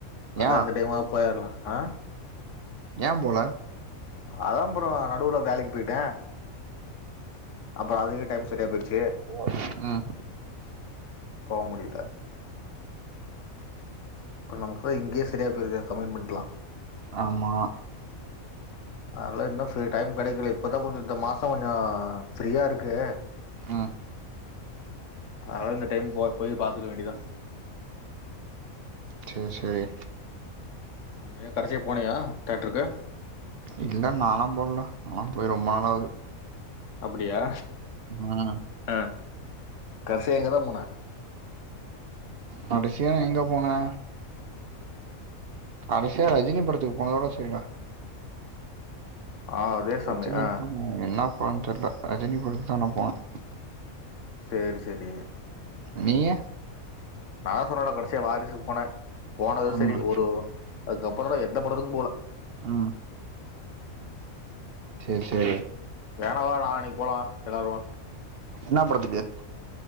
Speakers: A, on the right; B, on the left.
A: ஏ
B: அதா இந்த டைமாவு போயிடலாம் ஆ
A: ஏன் போல
B: அதா ப்ரோ நடுவுல வேலக்கு போயிட்டே அப்றோ அது டைம் சரியா போய்டுச்சு
A: ஒ ம்
B: போவ முடியில அப்போரோ நமக்கு உள்ளது இங்கே சரிய போயிருது கமெண்டடு எல்லா
A: ஆமா
B: அதெல்லா இன்ன <unintelligible> டைம் கெடைக்கல இப்பதா கொஞ்சோ இந்த மாசோ கொஞ்சோ ஃப்ரீயா இருக்கு
A: ம்
B: அதனால இந்த டைம் போ போய் பாத்துக்க வேண்டிதா
A: சேரி சேரி
B: நீ ஏ கடைசியா போனியா தேட்டருக்கு
A: இல்ல நாலா போலடா நாலா போய் ரொம்ப நாள் ஆகுது
B: அப்புடியா
A: ம்
B: ஆ கடசியா எங்கதா போன
A: கடசியா நா எங்க போனே கடசியா ரஜினி படத்துக்கு போனதோட செரிடா
B: ஆ அதே சாமி
A: ரஜினி
B: ஆ
A: படோ என்னா படோனு தெர்ல ரஜினி படத்துக்குதா நா போனே
B: சேரி சேரி
A: நீயு
B: நாதா சொன்னல கடசியா வாரிசுக் போனே போனது
A: ம்
B: செரி ஒரு அதுக்கப்புறோ நா எந்த படத்துக்கு போல
A: ம் சேரி சேரி
B: வேணா வேணா நாளானிக்கு போலா எல்லாரு
A: என்னா படத்துக்கு